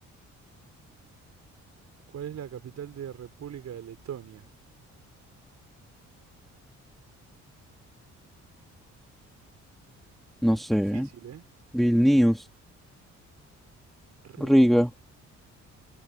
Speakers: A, on the right; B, in the centre.
A: ¿Cuál es la capital de República de Letonia?
B: No sé.
A: Difícil,
B: ¿eh?
A: ¿eh?
B: Vilnius.
A: Riga.
B: Riga.